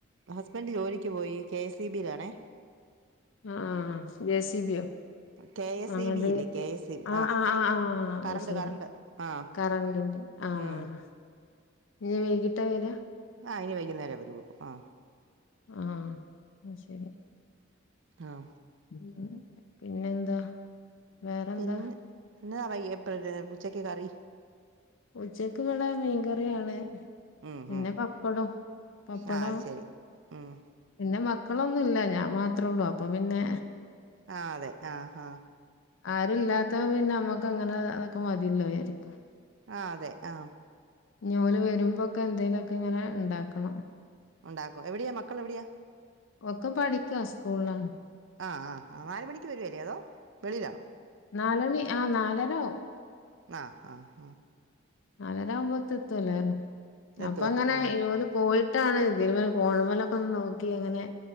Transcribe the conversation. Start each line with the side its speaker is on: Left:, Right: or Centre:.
Right: ഹസ്ബൻഡ് ജോലിക്ക് പോയി കെ സ് ഇ ബി ലാണെ.
Left: ആഹ് ആഹ് ജെ സി ബിയോ
Right: കെ എസ്
Left: ആ
Right: ഇ
Left: അത്
Right: ബി ഇല്ലേ കെ എസ് ഇ ബി
Left: ആ ആ ആ ആ
Right: കറണ്ട്
Left: അയ്ശെരി
Right: കറണ്ട് ആ
Left: കറന്റിന്റെ ആഹ്
Right: ഉം
Left: ഇനി വൈകിട്ടാ വരാ?
Right: ആ ഇനി വൈകുന്നേരം വരുക്കും ആ
Left: ആഹ് ആ ശരി
Right: ആഹ്
Left: ഉം പിന്നെന്താ വേറെന്താ
Right: പിന്നെ പിന്നാ വയ്യെ <unintelligible> ഉച്ചക്ക് കറി
Left: ഉച്ചക്ക് ഇവടെ മീൻകറിയാണ്,
Right: ഉം
Left: പിന്നെ
Right: ഉം
Left: പപ്പടം പപ്പടം
Right: ആ അത് ശരി ഉം
Left: പിന്നെ മ മക്കളൊന്നുല്ല ഞാൻ മാത്രള്ളു അപ്പം പിന്നെ
Right: ആ അതെ ആ ഹാ
Left: ആരുല്ലാത്തപ്പ പിന്നെ നമ്മക്ക് അങ്ങനെ അതൊക്കെ മതില്ലോ പിന്നെ ക്കേ
Right: ആ അതെ ആ
Left: ഓല് വരുമ്പോക്കെ എന്തെലൊക്കെങ്ങനെ ഇണ്ടാക്കണം
Right: ഉണ്ടാക്കും എവിടെയാ മക്കൾ എവിടെയാ
Left: ഒക്കെ പഠിക്കാ സ്കൂളിലാണ്.
Right: ആ ആ നാല്മണിക്ക് വെരൂലേ അതോ വെളിയിലാണോ
Left: നാലണി ആ നാലര ആവും
Right: ആ ആ ആ
Left: നാലരാവുമ്പത്തെത്തുല്ലാരും
Right: എത്തും
Left: അപ്പങ്ങനെ
Right: എത്തും ഉം.
Left: ഇവര് പോയി ട്ടാണ് തിൽ മെല് ഫോൺമലൊക്കെ ഒന്ന് നോക്കി അങ്ങനെ